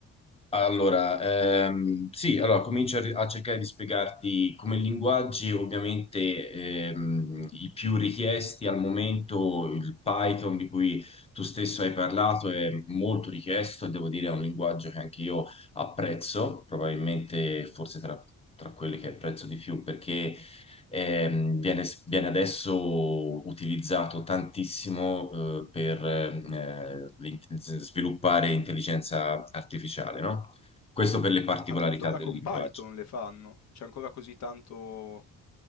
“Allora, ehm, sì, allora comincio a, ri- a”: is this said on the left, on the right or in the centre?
Left